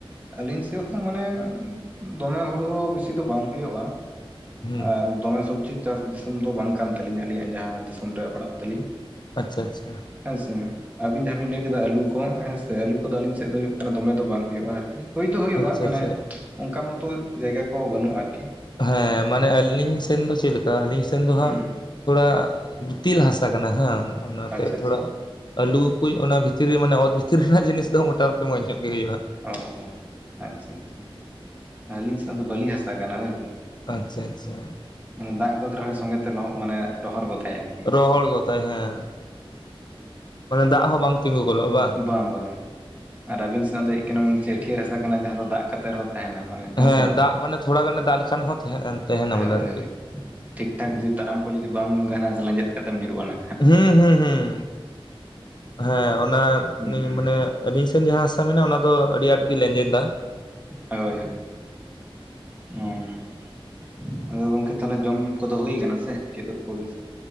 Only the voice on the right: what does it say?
ᱟᱹᱞᱤᱧ ᱥᱮᱫ ᱦᱚᱸ ᱢᱟᱱᱮ ᱫᱚᱢᱮ ᱦᱳᱲᱳ ᱵᱮᱥᱤ ᱫᱚ ᱵᱟᱝ ᱦᱳᱭᱳᱜᱼᱟ᱾
ᱟᱨ ᱫᱚᱢᱮ ᱥᱚᱵᱽᱡᱤ ᱪᱟᱥ ᱫᱤᱥᱚᱢ ᱫᱚ ᱵᱟᱝ ᱠᱟᱱ ᱛᱟᱹᱞᱤᱧᱟ ᱟᱹᱞᱤᱧᱟᱜ ᱡᱟᱦᱟᱸ ᱫᱤᱥᱚᱢ ᱨᱮ ᱚᱲᱟᱜ ᱛᱟᱹᱞᱤᱧ᱾
ᱦᱮᱸ ᱥᱮ ᱟᱹᱵᱤᱱ ᱡᱟᱦᱟᱸ ᱵᱤᱱ ᱞᱟᱹᱭ- ᱠᱤᱫᱟ ᱟᱹᱞᱩ ᱠᱚ ᱦᱮᱸ ᱥᱮ ᱟᱹᱞᱩ ᱠᱚᱫᱚ ᱟᱹᱞᱤᱧ ᱥᱮᱫ ᱫᱚ ᱦᱩᱭᱩᱜ ᱠᱟᱱᱟ ᱫᱚᱢᱮ ᱫᱚ ᱵᱟᱝ ᱦᱩᱭᱩᱜᱼᱟ, ᱟᱨᱠᱤ ᱦᱩᱭ ᱫᱚ ᱦᱩᱭᱩᱜᱼᱟ
ᱢᱟᱱᱮ,
ᱚᱝᱠᱟ ᱢᱚᱛᱚ ᱡᱟᱭᱜᱟ ᱠᱚᱦᱚᱸ ᱵᱟᱹᱱᱩᱜᱼᱟ ᱟᱨᱠᱤ ᱾
ᱦᱩᱸ
ᱟᱪᱪᱷᱟ
ᱟᱪᱪᱷᱟ
ᱚ ᱚ ᱟᱪᱪᱷᱟ ᱟᱪᱪᱷᱟ, ᱟᱹᱞᱤᱧ ᱥᱮᱱᱟᱜ ᱫᱚ ᱵᱟᱹᱞᱤ ᱦᱟᱥᱟ ᱠᱟᱱᱟ ᱦᱳᱭ ᱾
ᱢᱟᱱᱮ ᱫᱟᱜ ᱜᱚᱫ ᱨᱮᱦᱚᱸᱭ ᱥᱚᱸᱜᱮᱛᱮ ᱞᱚᱦᱚᱜ ᱢᱟᱱᱮ ᱨᱚᱦᱚᱨ ᱜᱚᱫᱟᱭ ᱟᱨ
ᱵᱟᱝ ᱵᱟᱝ ᱟᱨ ᱟᱹᱵᱤᱱ ᱥᱮᱱᱟᱜ ᱫᱚ <inaudible> ᱢᱟᱱᱮ ᱪᱟᱹᱴᱭᱟᱹᱲ ᱦᱟᱥᱟ ᱠᱟᱱᱟ ᱡᱟᱦᱟᱸ ᱫᱚ ᱫᱟᱜ ᱠᱟᱛᱮ ᱨᱮᱦᱚᱸ ᱛᱟᱦᱮᱱᱟ᱾ ᱢᱟᱱᱮ
ᱥᱮ ᱵᱟᱝ
ᱦᱳᱭ
ᱦᱳᱭ ᱴᱷᱤᱠ ᱴᱷᱟᱠ ᱡᱩᱫᱤ ᱛᱟᱲᱟᱢ ᱠᱚ ᱡᱩᱫᱤ ᱵᱟᱢ ᱜᱟᱱᱟ ᱞᱮᱸᱡᱮᱫ ᱠᱟᱛᱮᱢ ᱧᱩᱨᱩᱜᱼᱟᱱᱟ᱾
ᱦᱩᱸ
ᱦᱳᱭ ᱦᱳᱭ, ᱚᱸ ᱾ <inaudible> ᱟᱫᱚ ᱜᱚᱝᱠᱮ ᱛᱷᱟᱞᱮ ᱡᱚᱢ ᱠᱚᱫᱚ ᱦᱳᱭ ᱠᱟᱱᱟ ᱥᱮ ᱠᱮᱫᱚᱵ ᱠᱚ ᱵᱮᱥᱤ?